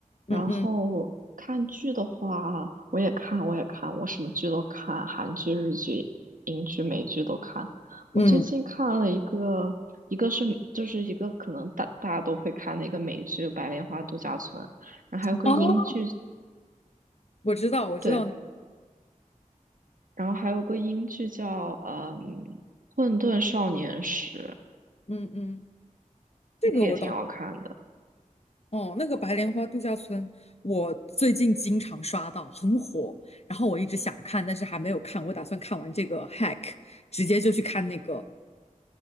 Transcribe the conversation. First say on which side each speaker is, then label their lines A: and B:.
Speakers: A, on the left (about 50°); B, on the right (about 70°).
A: 嗯嗯
B: 然后看剧的话，我也看，我也看，我什么剧都看，韩剧、日剧、英剧、美剧都看。我最近看了一个，
A: 嗯，
B: 一个是就是一个可能大大家都会看的一个美剧《白莲花度假村》。然后还有个英剧
A: 哦，我知道，我知道那
B: 对，然后还有个英剧叫嗯《混沌少年时》，
A: 嗯嗯，这个我当
B: 那个也挺好看的。
A: 哦，那个白莲花度假村，我最近经常刷到，很火，然后我一直想看，但是还没有看，我打算看完这个 hack，直接就去看那个，